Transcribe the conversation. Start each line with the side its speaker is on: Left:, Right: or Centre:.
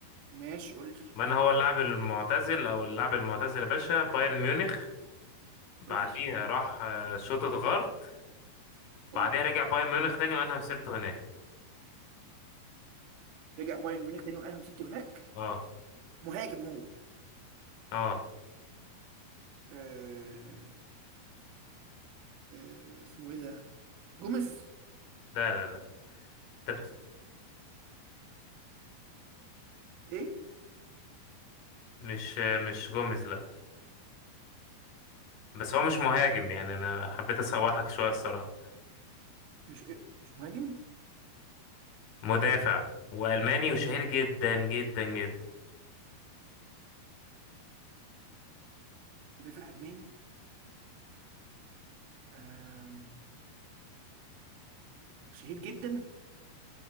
Right: ماشي قول لي
Left: من هو اللاعب المعتزل أو اللاعب المعتزل يا باشا بايرن ميونخ بعديها
Right: ماشي
Left: راح آه، شوتوتغارت
Right: الله
Left: بعديها رجع بايرن ميونخ تاني وأنهى مسيرته هناك
Right: رجع بايرن ميونخ تاني وقال مسكته هناك
Left: اه
Right: مهاجم هو
Left: اه
Right: آه... آه... اسمه ايه ده جوميز
Left: لا لا لا انت بت...
Right: ايه
Left: مش مش جوميز لا بس هو مش
Right: طب
Left: مهاجم يعني انا حبيت اسوحك شويه الصراحه
Right: مش إيه؟ مش مهاجم
Left: مدافع والماني وشهير جدا جدا جدا
Right: مدافع الماني آه... شهير جدا